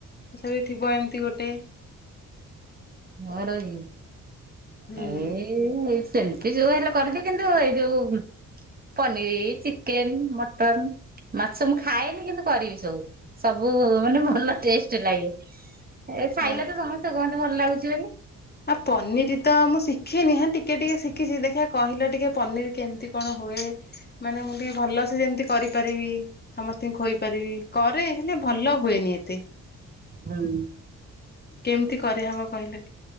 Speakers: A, on the left; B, on the right.
A: ସେ ବି ଥିବ ଏମିତି ଗୋଟେ।
B: ମୋର କି
A: ହୁଁ
B: ଏଇ। ଏ ସେମିତି ଯୋଉ ହେଲେ କରିବି କିନ୍ତୁ ଏଇ ଯୋଉ ପନିର ଚିକେନ ମଟନ ମାଛ ମୁଁ ଖାଏନି କିନ୍ତୁ କରିବି ସବୁ। ସବୁ ମାନେ ଭଲ ଟେଷ୍ଟ ଲାଗେ ଏ ଖାଇଲେ
A: ଅ
B: ତ ସମସ୍ତେ କୁହନ୍ତି ଭଲ ଲାଗୁଛି ବୋଲି।
A: ଆ ପନିର ତ ମୁଁ ଶିଖିନି ହେ ଟିକେ ଟିକେ ଶିଖିଛି ଦେଖିବା କହିଲ ଟିକେ ପନିର କେମିତି କଣ ହୁଏ ମାନେ ମୁଁ ଟିକଏ ଭଲସେ ଯେମିତି କରିପାରିବି। ସମସ୍ତଙ୍କୁ ଖୋଇ ପାରିବି କରେ ହେଲେ ଭଲ ହୁଏନି ଏତେ।
B: ହଁ।
A: କେମିତି କରି ଆହବ କହିଲ ଟି